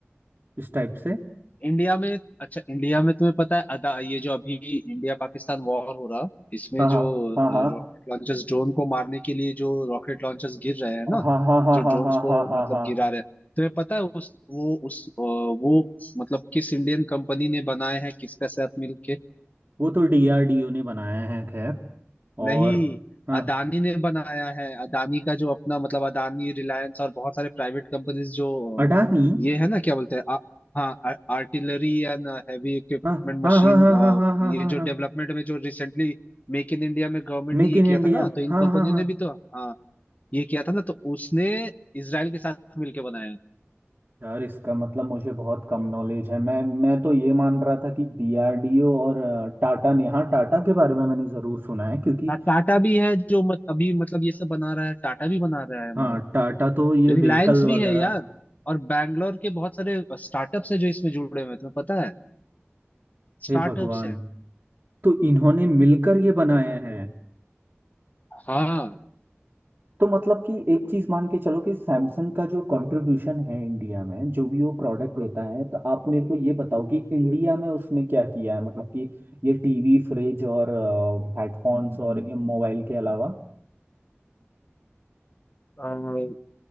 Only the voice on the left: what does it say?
इंडिया में अच्छा इंडिया में तुम्हें पता है अदा ये जो अभी इंडिया पाकिस्तान वॉर हो रहा इसमें
जो
रॉकेट लॉन्चर्स ड्रोन को मारने के लिए जो रॉकेट लॉन्चर्स गिर रहे हैं ना
जो
ड्रोन्स
को
मतलब
गिरा रहे हैं तुम्हें पता है उस वो उस अ, वो मतलब किस इंडियन कंपनी ने बनाए हैं किसका साथ मिलके
नहीं
अदानी ने बनाया है अदानी का जो अपना मतलब अदानी रिलायंस और बहुत सारे प्राइवेट कंपनीज जो
ये है ना क्या बोलते हैं आ, हाँ artillery and heavy equipment
machine
ये
जो डेवलपमेंट में जो रिसेंटली मेक इन इंडिया में गवर्नमेंट
ने ये
किया
था ना तो इन
कंपनियों
ने भी तो हाँ ये किया था ना तो उसने इसराइल के साथ मिलके बनाया है
हाँ टाटा भी है जो मत, अभी मतलब ये सब बना रहा है टाटा भी बना रहा है हमारा
रिलायंस
भी
है यार और बैंगलोर के बहुत सारे स्टार्टअप्स हैं जो इसमें जुड़े हुए हैं तुम्हें पता है स्टार्टअप्स
हैं
हाँ
अ,